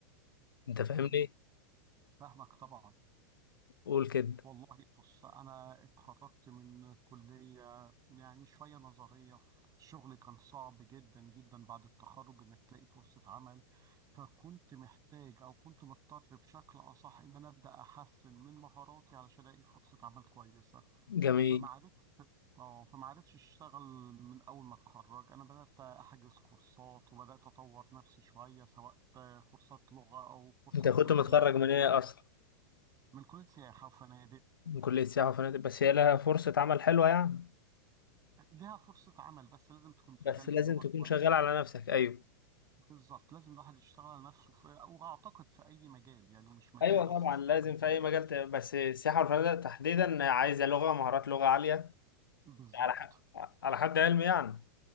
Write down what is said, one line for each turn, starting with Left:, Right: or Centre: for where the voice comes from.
Left: انت فاهمني
Right: تمام فاهمك طبعا
Left: قول كده
Right: والله بص انا اتخرجت من كليه يعني شويه نظريه الشغل كان صعب جدا جدا بعد التخرج انك تلاقي فرصه عمل فكنت محتاج او كنت مضطر بشكل اصح ان انا ابدا احسن من مهاراتي علشان الاقي فرصه عمل كويسه
Left: جميل
Right: فما عرفش اه فما عرفش اشتغل من اول ما اتخرج انا بدات احجز كورسات وبدات اطور نفسي شويه سواء كورسات لغه او كورسات
Left: انت كنت
Right: في مجال
Left: متخرج
Right: الحاسبات
Left: من ايه اصلا
Right: من كليه سياحه وفنادق
Left: من كليه سياحه وفنادق بس هي لها فرصه عمل حلوه يعني
Right: ليها فرصه عمل بس لازم تكون تتكلم
Left: بس لازم
Right: لغه
Left: تكون
Right: كويس
Left: شغال على نفسك ايوه
Right: بالظبط لازم الواحد يشتغل على نفسه في واعتقد في اي مجال يعني مش مجال
Left: ايوه
Right: بس
Left: طبعا
Right: سياحه
Left: لازم
Right: وفنادق
Left: في اي مجال ت- بس السياحه والفنادق تحديدا عايزه لغه مهارات لغه عاليه
Right: بالظبط
Left: على ح... على حد علمي يعني